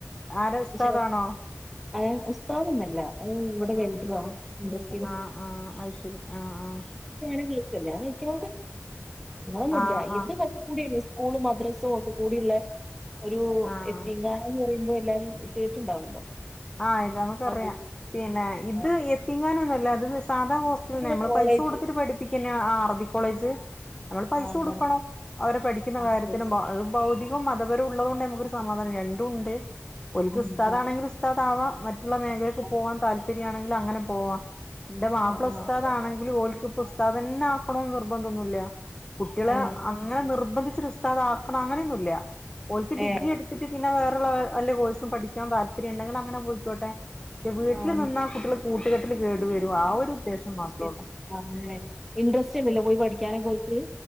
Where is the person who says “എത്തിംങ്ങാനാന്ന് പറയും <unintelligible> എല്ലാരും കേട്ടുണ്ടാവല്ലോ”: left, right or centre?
Centre